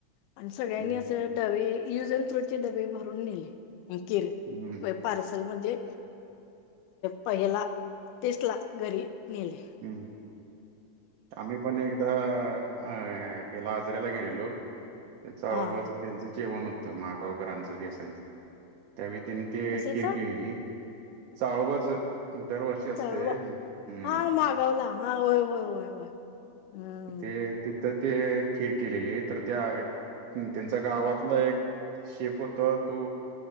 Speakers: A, on the left; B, on the right.
A: आणि सगळ्यांनी
B: हम्म
A: असं डवे युज अड्रूट चे डबे भरून नेले कीर्त
B: हम्म
A: पार्सल म्हणजे पहिला तेसला घरी नाहीले
B: हम्म आम्ही पण एकदा अ केला आजऱ्याला गेलेलो त्याचाळूबाच
A: हा हा
B: त्यांचं जेवण होतं महागावकरांचं देसाांचं त्यावेळी त्यांनी ते
A: कशाचा
B: किरकली चाळबाच दरवर्षी असते
A: चळवा
B: मग ह्
A: हा मागवला हा होय होय होय होय हम्म
B: ते तिथं ते खीर केलेली तर त्या त्यांचा गावातलं एक शेप होता तो